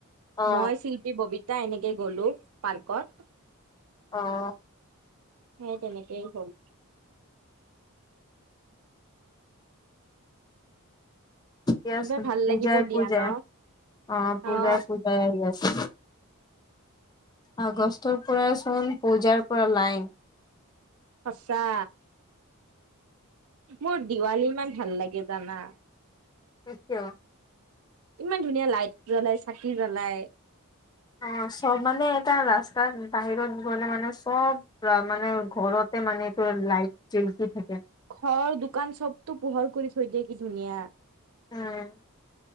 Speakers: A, on the left; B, on the right.
A: অ
B: মই চি ববিতা এনেকে গ'লো পাৰ্কত।
A: অঁ।
B: সেই তেনেকেই হ'ল।
A: এয়াচোন
B: এইবাৰ ভাল
A: পূজাই
B: লাগিব
A: পূজাই,
B: দিয়া ন
A: অঁ পূজাই
B: অ
A: পূজাই আহি আছে। আগষ্টৰ পৰা চোন পূজাৰ পুৰা লাইন
B: সঁচা। মোৰ দিৱালী ইমান ভাল লাগে জানা?
A: সেইটো।
B: ইমান ধুনীয়া লাইট জ্বলাই, চাকি জ্বলাই।
A: অঁ চব মানে এটা ৰাস্তাত বাহিৰত গ'লে মানে চব পুৰা মানে ঘৰতে মানে এইটো লাইট জিলিকি থাকে।
B: ঘৰ, দোকান চবতো পোহৰ কৰি থৈ দিয়ে কি ধুনীয়া।
A: উম।